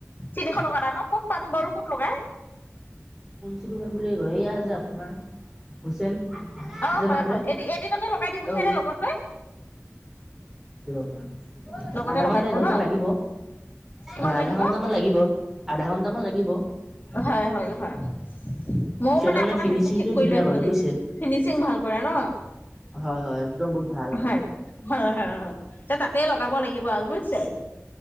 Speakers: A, on the left; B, in the centre.
A: তিনিশ টকা দাম ন ক'ত পাম বাৰু ক'ত লগাই?
B: <unintelligible> এইয়া যে আপোনাৰ হুছেইন।
A: অ
B: যে
A: হয়
B: নামটোৱে
A: হয়, এদিন এদিনতে লগাই দি পঠিইয়াই
B: অ
A: নে লগতে?
B: অ <inaudible>
A: লগতে
B: আধা
A: লগাই
B: ঘন্টা
A: দিব
B: এঘন্টা
A: ন
B: লাগিব। হয়
A: কিমান
B: আধা
A: লাগিব?
B: ঘন্টামান লাগিব, আধা ঘন্টামান লাগিব।
A: হয় হয় হয়। ময়ো
B: সিহঁতে
A: মানে আপোনাৰ
B: ফিনিচিংটো
A: সেইটো ঠিক কৰি
B: ধুনীয়া
A: লৈ আহিব
B: কৰে
A: লাগিব।
B: বুজিছে
A: ফিনিচিং ভাল কৰে ন?
B: হয় হয় একদম বহুত ভাল
A: হয় হয় হয় তাতে লগ কব লাগিব আৰু বুইছে।